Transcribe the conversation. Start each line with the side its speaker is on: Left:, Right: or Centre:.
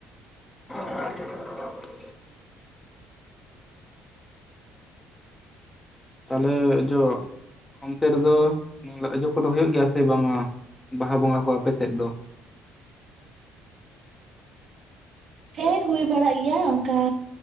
Left: <unintelligible> ᱛᱟᱦᱚᱞᱮ ᱡᱚ ᱚᱱᱛᱮ ᱨᱮᱫᱚ ᱚᱡᱚ ᱠᱚᱫᱚ ᱦᱩᱭᱩᱜ ᱜᱮᱭᱟ ᱥᱮ ᱵᱟᱝᱼᱟ᱾ ᱵᱟᱦᱟ ᱵᱚᱸᱜᱟ ᱠᱚ ᱟᱯᱮᱥᱮᱫ ᱫᱚ
Right: ᱦᱮᱸ ᱦᱩᱭ ᱵᱟᱲᱟᱜ ᱜᱮᱭᱟ, ᱚᱱᱠᱟ